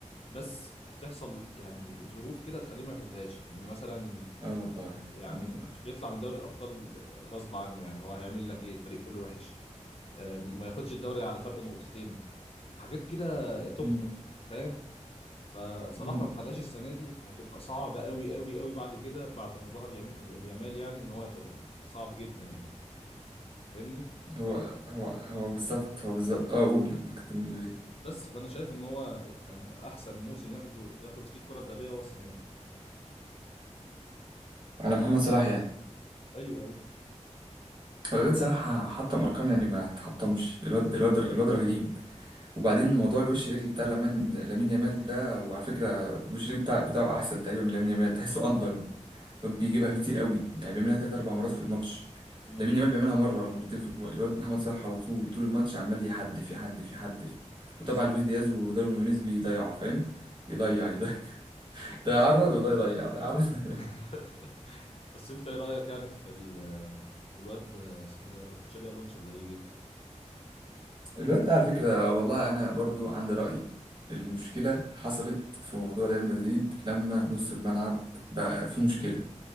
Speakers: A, on the left; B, on the right.
A: بس بتحصل يعني ظروف كده تخليه ما ياخدهاش ان مثلا
B: اه والله
A: يعني
B: اه والله
A: يطلع من دوري الابطال غصب عنه يعني هو هيعمل لك ايه الفريق كله وحش آه، ما ياخدش الدوري على فرق نقطتين حاجات كده تخنق
B: مم.
A: فاهم فصلاح
B: مم.
A: لو ما خدهاش السنه دي هتبقى صعبه قوي قوي قوي بعد كده بعد ما ظهر يمي- يامال يعني ان هو ياخدها صعب جدا يعني فاهمني
B: هو
A: فانا
B: هو هو بالظبط هو بالظبط اه قول قول كنت بتقول ايه
A: بس فانا شايف ان هو يعني احسن موسم ياخده ياخد فيه الكره الذهبيه هو السنه دي
B: على محمد صلاح يعني
A: ايوه ايوه
B: الواد صراحة حطم أرقام يعني ما تحطمش الواد الواد الواد رهيب وبعدين موضوع الوش رجل بتاع لامين لامين يامال ده وعلى فكرة الوش رجل بتاع بتاعه أحسن تقريبا من لامين يامال تحسه أندر الواد بيجيبها كتير قوي يعني بيعملها تلات أربع مرات في الماتش
A: امم
B: لامين يامال بيعملها مرة ولا مرتين في الم- الواد محمد صلاح على طول طول الماتش عمال يحدف يحدف يحدف وطبعا
A: بس
B: لويس دياز وداروين نونيز بيضيعوا فاهم يضيع
A: امم
B: يضيع <laughs> ده
A: بس
B: يعرض
A: انت
B: وده يضيع ده يعرض <laughs>
A: <laughs> بس انت ايه رايك يعني في ال... في الواد اسمه ده يا رب تشابي الونسو اللي هيجي ده
B: الواد ده على فكرة والله أنا برضو عندي رأي المشكلة حصلت في موضوع ريال مدريد لما نص الملعب بقى فيه مشكلة